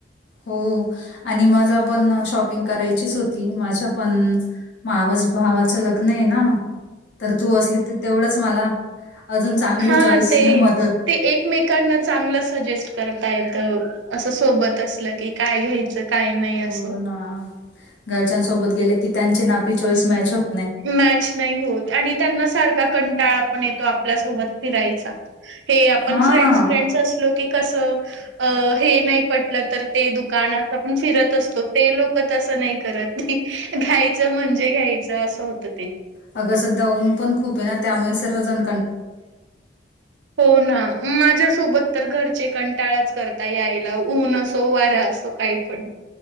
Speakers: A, on the left; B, on the right.
A: हो,, आणि माझा पण शॉपिंग करायचीच होती. माझ्या पण माव भावाचं लग्न ना,, तर तू असली तर तेवढंच मला अजून चांगल्या
B: हां,
A: चॉईसला
B: ते,
A: मदत
B: ते, एकमेकांना चांगलं सजेस्ट करतायत. तर, असं सोबत असलं की काय घ्यायचं? काय नाही असं
A: हो ना, घरच्याांसोबत गेलं की त्याची न आपली चॉईस मॅच होते.
B: मॅच नाही होत,, आणि त्यांना सारका कंऽऽ ळा पण येतो आपल्यासोबत फिरायचा, हे आपण
A: हा.
B: फ्रेंडस, फ्रेंडस, असलो की? कस, हे नाही पटलं तर, ते दुकान असं आपण फिरत असतो. ते लोक त नाही करत, नाही घ्यायचं म्हणजे घ्यायचं असं होतं ते.
A: अग सध्या ऊन पण खूप आहे ना, त्यामुळे सर्व जण
B: हो ना. माझ्यासोबत तर घरचे कंटाळाच करता, यायला ऊन असो, वारा असो, काही पण